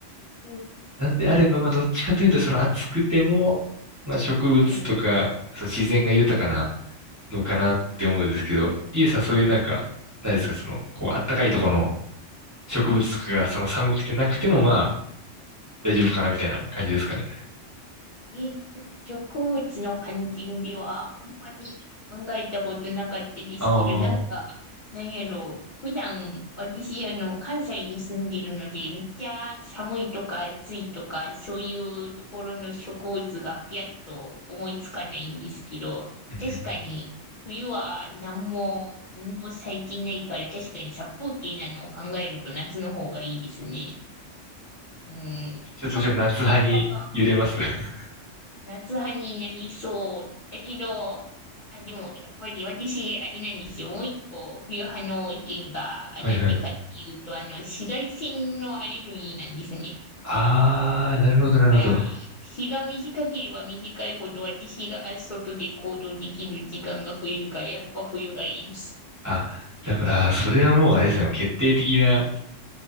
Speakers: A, on the left; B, on the right.
A: ん
B: なんであれば、まあどっちかというとその暑くても、まあ植物とか、
A: はい。
B: その自然が豊かな、のかなって思うんですけど、ゆうさんそういうなんか、何ですか、その、こう、あったかいところの植物とかが、その寒くてなくてもまあ、大丈夫かなみたいな感じですかね。
A: え、植物の観点ではあんまり考えたことなかったですけど、
B: あ
A: なんか、
B: あ。
A: なんやろう。普段、私、あの、関西に住んでいるので、めっちゃ寒いとか暑いとか、そういうところの植物がピヤッと思いつかないんですけど、
B: <laughs>
A: 確かに、冬は何も、何も咲いてないから、確かに殺風景なのを考えると夏の方がいいですね。うん。
B: ちょっとちょっと夏派に揺れます。
A: 葉っぱ、葉っぱが
B: <laughs>
A: 夏派になりそう。だけど、あ、でも、やっぱり私、あれなんですよ。もう一個、冬派の意見が、あなんでかっていうと、
B: はいはい。
A: あの、紫外線のアレルギーなんですね。
B: <laughs> ああ、なるほどなるほど。
A: だから、日が短ければ短いほど、私が外で行動できる時間が増えるから、やっぱ冬がいいです。
B: あ、だから、あー、それはもうあれですね、決定的な、